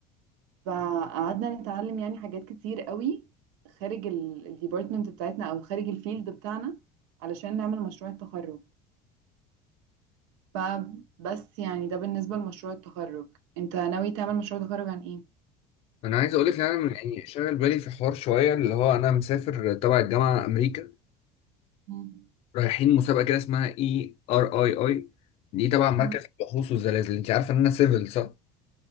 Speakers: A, on the right (about 85°); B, on the left (about 45°).
A: فقعدنا نتعلم يعني حاجات كتير قوي خارج الديبارتمنت بتاعتنا او خارج الفيلد بتاعنا علشان نعمل مشروع التخرج فبس يعني ده بالنسبة لمشروع التخرج انت ناوي تعمل مشروع تخرج عن ايه؟
B: انا عايز اقول لك ان انا من- يعني شاغل بالي في حوار شويه اللي هو انا مسافر تبع الجامعه امريكا
A: مم.
B: رايحين مسابقه كده اسمها اي ار اي اي دي تبع مركز
A: مم.
B: البحوث والزلازل انت عارفه ان انا سيفل صح